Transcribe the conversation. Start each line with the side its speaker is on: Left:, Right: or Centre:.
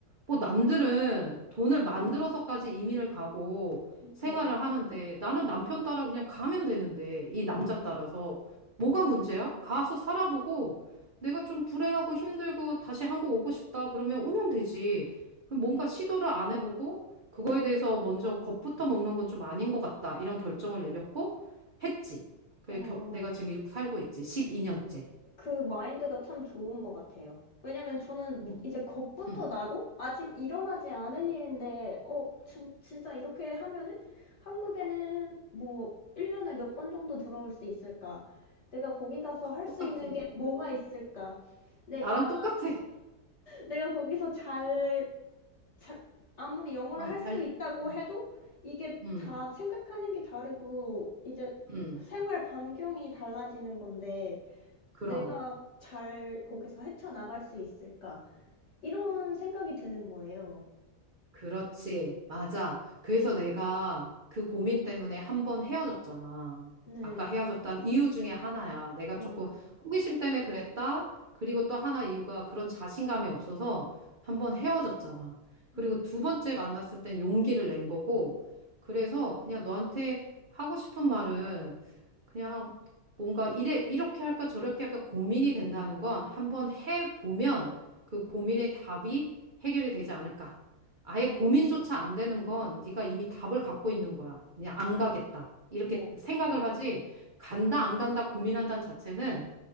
Right: 뭐 남들은 돈을 만들어서까지 이민을 가고 생활을
Left: 네.
Right: 하는데 나는 남편 따라 그냥 가면 되는데 이 남자
Left: 음,
Right: 따라서 뭐가 문제야? 가서 살아보고 내가 좀 불행하고 힘들고 다시 한국 오고 싶다 그러면 오면 되지. 그럼 뭔가 시도를 안 해보고 그거에 대해서 먼저 겁부터 먹는 건 좀 아닌 것 같다 이런 결정을 내렸고 했지. 그래서
Left: 어,
Right: 겨- 내가 지금 이러고 살고 있지. 12년째.
Left: 그 마인드가 참 좋은 것 같아요. 왜냐면 저는
Right: 어,
Left: 이제 겁부터
Right: 응,
Left: 나고 아직 일어나지 않은 일인데 어 진, 진짜 이렇게 하면은 한국에는 뭐 1년에 몇 번 정도 들어올 수 있을까? 내가 거기 가서 할
Right: 똑같아.
Left: 수 있는 게 뭐가 있을까? 내가
Right: 나랑 똑같아.
Left: 내가 거기서 잘, 잘 아무리 영어를
Right: 어,
Left: 할
Right: 잘,
Left: 수 있다고
Right: 응,
Left: 해도 이게
Right: 응,
Left: 다 생각하는 게 다르고 이제
Right: 응,
Left: 생활 반경이 달라지는 건데
Right: 그럼.
Left: 내가 잘 거기서 헤쳐나갈 수 있을까? 이런 생각이 드는 거예요.
Right: 그렇지. 맞아. 그래서 내가 그 고민 때문에 한번 헤어졌잖아.
Left: 네.
Right: 아까 헤어졌던 이유 중에 하나야. 내가
Left: 아,
Right: 조금 호기심 때문에 그랬다. 그리고 또 하나 이유가 그런 자신감이 없어서 한번 헤어졌잖아. 그리고
Left: 음,
Right: 두 번째 만났을 땐 용기를 낸 거고. 그래서 그냥 너한테 하고 싶은 말은 그냥 뭔가 이래, 이렇게 할까 저렇게 할까 고민이 된다는 건 한번 해보면 그 고민의 답이 해결이 되지 않을까. 아예
Left: 어,
Right: 고민조차
Left: 그쵸.
Right: 안 되는 건 네가 이미 답을 갖고 있는 거야. 그냥 안 가겠다. 이렇게
Left: 네.
Right: 생각을 하지 간다 안 간다 고민한다는 자체는